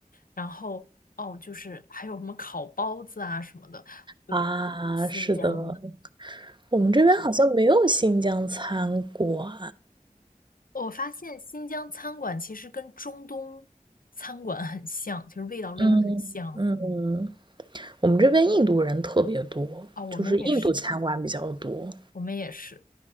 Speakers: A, on the left (about 80°); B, on the right (about 35°).
A: 然后哦，就是还有什么烤包子啊什么的，对，
B: 啊，
A: 新疆。
B: 是的，
A: 的。
B: 我们这边好像没有新疆餐馆。
A: 我发现新疆餐馆其实跟中东餐馆很像，其实味道真的很像
B: 嗯嗯，我们这边印度人特别多，
A: 啊、我们也是，
B: 就是印度餐馆比较多。
A: 我们也是